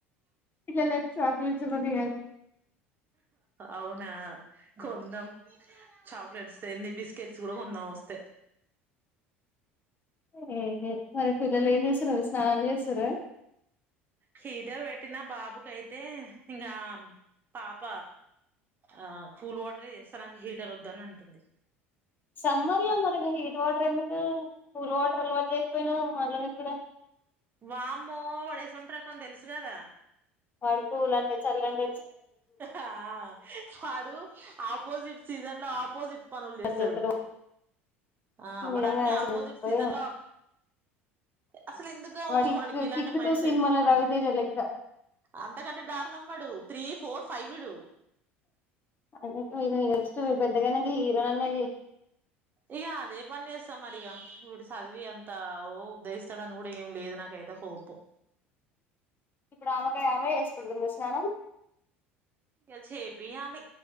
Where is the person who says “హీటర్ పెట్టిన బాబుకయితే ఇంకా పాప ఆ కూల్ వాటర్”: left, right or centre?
Right